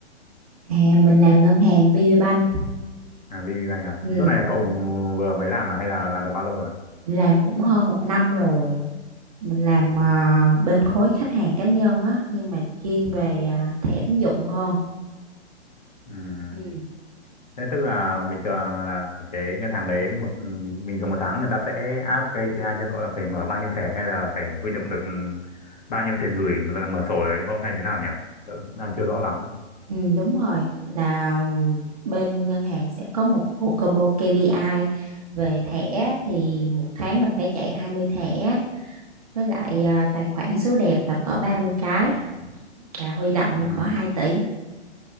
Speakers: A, on the right; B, on the left.
A: À, mình làm ngân hàng VPBank.
B: À, VPBank à?
A: Ừ.
B: Chỗ này cậu vừa mới làm à hay là làm được bao lâu rồi?
A: Mình làm cũng hơn một năm rồi mình làm à, bên khối khách hàng cá nhân á nhưng mà chuyên về à, thẻ tín dụng hơn
B: Ừm,
A: Ừ.
B: Thế tức là bình thường là cái ngân hàng đấy một ừ, bình thường một tháng người ta sẽ áp KPI cho cậu là phải mở bao nhiêu thẻ hay là phải huy động được bao nhiêu tiền gửi rồi mở sổ đấy đúng không hay thế nào nhỉ? Tớ đang chưa rõ lắm.
A: ừ, đúng rồi là bên ngân hàng sẽ có một bộ combo KPI về thẻ thì một tháng mình phải chạy hai mươi thẻ với lại à, tài khoản số đẹp là cỡ ba mươi cái và huy động
B: Ừm,
A: cỡ hai tỷ